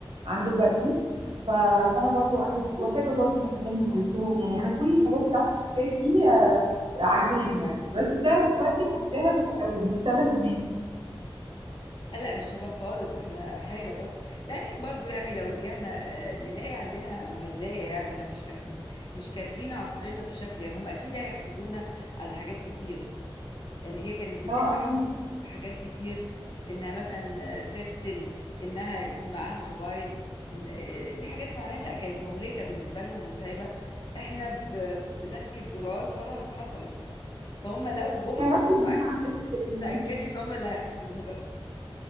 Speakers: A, on the right; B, on the left.
A: عن دلوقتي ف... فانا برضو احب واحب برضو فساتينهم ولبسهم يعني انا كل الحاجات بتاعت الستات دي آه، عاجباني
B: لان
A: يعني بس بتاعت دلوقتي حاساها مش قوي مش شبه زمان
B: لا لا، مش شبه خالص احنا حاله برضه لانك برضه يعني لو رجعنا آه، نلاقي عندنا مميزايه يعني احنا مش خ... مش كارهين عصرنا بشكل يعني هم اكيد هيحسدونا على حاجات كتير يعني هي كانت
A: اه اكيد
B: في حاجات كتير انها مثلا تغسل انها يكون معاها موبايل إن آه، في حاجات معينة لا كانت مهلكة بالنسبة لهم ومتعبة احنا ب- بدكة زرار خلاص حصلت فهم لو جم
A: تعرفي ان
B: بالعكس
A: انا عرفت
B: <laughs> اتأكدي ان هم اللي هيحسدونا برضه